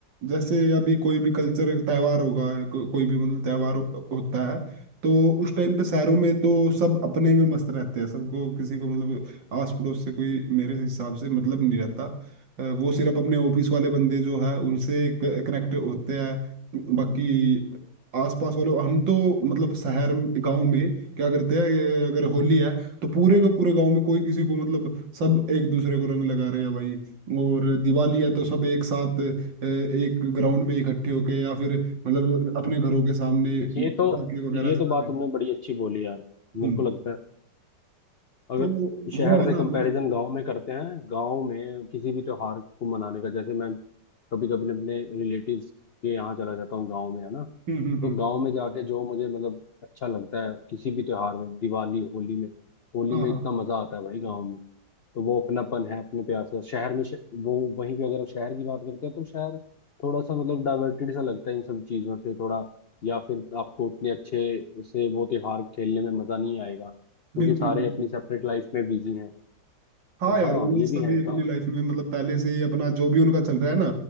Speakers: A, on the right; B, on the left.
A: जैसे अभी कोई भी कल्चर त्यौहार होगा को, कोई भी मतलब त्यौहार हो, होता है तो उस टाइम पे शहरों में तो सब अपने में मस्त रहते हैं सबको किसी को मतलब आस पड़ोस से कोई मेरे हिसाब से मतलब नहीं रहता अ, वो सिर्फ अपने ऑफिस वाले बंदे जो है उनसे कनेक्ट होते हैं बाकी आसपास वाले हम तो मतलब शहर गांव में क्या करते हैं अगर होली है तो पूरे के पूरे गांव में कोई किसी को मतलब सब एक दूसरे को रंग लगा रहे हैं भाई और दिवाली है तो सब एक साथ अ, एक ग्राउंड में इकट्ठे होके या फिर मतलब अपने घरों के सामने
B: ये
A: पटाखे
B: तो
A: वगैरह
B: ये तो
A: जला
B: बात
A: दें
B: तुमने बड़ी अच्छी बोली यार मेरे
A: हम्म
B: को लगता है अगर
A: तो
B: शहर
A: वो है
B: से
A: ना
B: कंपैरिजन
A: मतलब
B: गांव में करते हैं गांव में किसी भी त्योहार को मनाने का जैसे मैं कभी कभी अपने रिलेटिव्स के यहाँ चला जाता हूँ गांव में है ना
A: हम्म हम्म हम्म
B: तो गांव में जाके जो मुझे मतलब अच्छा लगता है किसी भी त्योहार में दिवाली होली में होली
A: हाँ
B: में
A: हाँ
B: इतना मजा आता है भाई गांव में तो वो अपनापन है अपने प्यार का शहर में श... वो वहीं पे अगर हम शहर की बात करते हैं तो शहर थोड़ा सा मतलब डाइवर्टेड सा लगता है इन सब चीजों से थोड़ा या फिर आपको उतने अच्छे से वो त्योहार खेलने में मजा नहीं आएगा क्योंकि
A: बिल्कुल
B: सारे
A: बिल्कुल
B: अपनी सेपरेट लाइफ में बिजी हैं तो
A: हाँ यार
B: हाँ
A: वो
B: ये
A: सभी
B: भी है गा-
A: अपनी लाइफ में मतलब पहले से ही अपना जो भी उनका चल रहा है ना